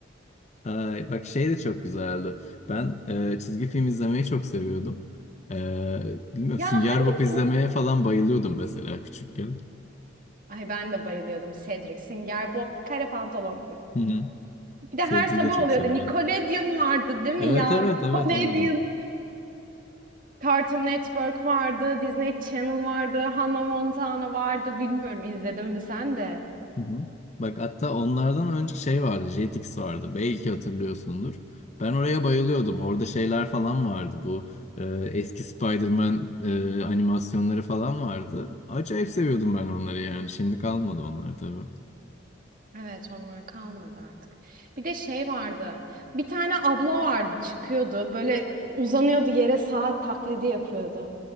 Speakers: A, on the left; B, on the right.
A: <laughs> Ay, bak şey de çok güzeldi. Ben e, çizgi film izlemeyi çok seviyordum. E, bilmiyorum
B: Ya
A: Sünger
B: hangisini?
A: Bob izlemeye falan bayılıyordum mesela küçükken.
B: Ay ben de bayılıyordum. Cedric, Singer Bob, Kare Pantolon.
A: Hı hı.
B: Bir de
A: Sezgi'yi
B: her sabah
A: de çok
B: oluyordu.
A: severdim.
B: Nickelodeon vardı değil mi
A: Evet
B: ya?
A: evet
B: Nickelodeon.
A: evet orada.
B: Cartoon Network vardı, Disney Channel vardı, Hannah Montana vardı. Bilmiyorum izledin mi sen de?
A: Hı hı. Bak hatta onlardan önce şey vardı, Jetix vardı. Belki hatırlıyorsundur. Ben oraya bayılıyordum. Orada şeyler falan vardı. Bu e, eski Spider-Man e, animasyonları falan vardı. Acayip seviyordum ben onları yani. Şimdi kalmadı onlar tabii.
B: Evet onlar kalmadı artık. Bir de şey vardı. Bir tane abla vardı çıkıyordu. Böyle uzanıyordu yere saat taklidi yapıyordu.